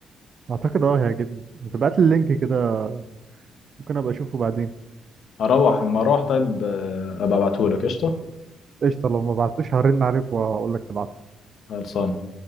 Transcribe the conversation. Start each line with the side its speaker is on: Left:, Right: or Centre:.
Right: اعتقد اه هيعجبني ما تبعت لي اللينك كده ممكن ابقى اشوفه بعدين
Left: اروح اما اروح طيب آه، ابقى ابعتهولك قشطه
Right: قشطه لو ما بعتوش هرن عليك واقول لك تبعته
Left: خلصان